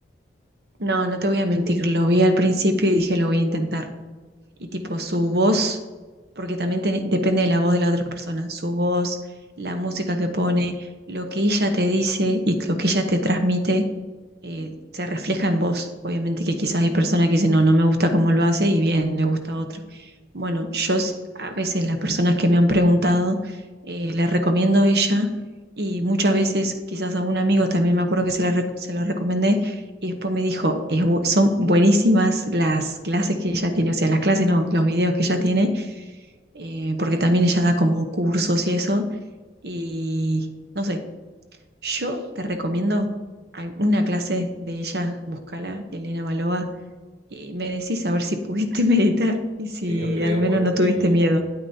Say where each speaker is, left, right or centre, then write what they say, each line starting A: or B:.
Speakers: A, on the right; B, on the right.
A: no, no te voy a mentir, lo vi al principio y dije, lo voy a intentar. Y tipo su voz, porque también tiene- depende de la voz de la otra persona, su voz, la música que pone, lo que ella te dice y lo que ella te transmite eh, se refleja en vos. Obviamente que quizás hay personas que dicen, no, no me gusta cómo lo hace y bien, le gusta otro. Bueno, yo s- a veces las personas que me han preguntado, eh, les recomiendo ella y muchas veces quizás a un amigo también me acuerdo que se, la rec- se lo recomendé y después me dijo, "Es bu- son buenísimas las clases que ella tiene, o sea, las clases no, los videos que ella tiene, eh, porque también ella da como cursos y eso y... No sé, yo te recomiendo alguna clase de ella, búscala, Elena Malova, y me decís a ver si pudiste <laughs> meditar y si
B: Sí, yo creo
A: al menos
B: porque
A: no tuviste miedo.